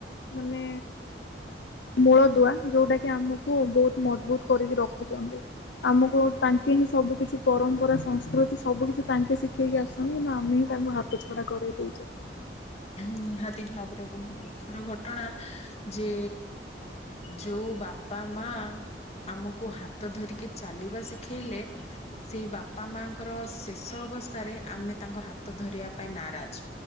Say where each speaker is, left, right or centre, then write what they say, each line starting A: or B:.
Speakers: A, on the left; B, on the left.
A: ମାନେ ମୂଳ ଦୁଆ ଯୋଉଟା କି ଆମକୁ ବହୁତ ମଜବୁତ କରିକି ରଖୁଚନ୍ତି ଆମକୁ ତାଙ୍କେ ହିଁ ସବୁ କିଛି ପରମ୍ପରା ସଂସ୍କୃତି ସବୁ କିଛି ତାଙ୍କେ ଶିଖେଇକି ଆସିଚନ୍ତି କିନ୍ତୁ ଆମେ ତାଙ୍କୁ ହାତ ଛଡା କରିଦଉଚେ।
B: ନିହାତି ଭାବରେ ବହୁତ ଦୁଃଖର ଘଟଣା ଯେ ଯୋଉ ବାପା ମା ଆମକୁ ହାତ ଧରିକି ଚାଲିବା ଶିଖେଇଲେ ସେଇ ବାପା ମାଙ୍କର ଶେଷ ଅବସ୍ଥାରେ ଆମେ ତାଙ୍କ ହାତ ଧରିବା ପାଇଁ ନାରାଜ।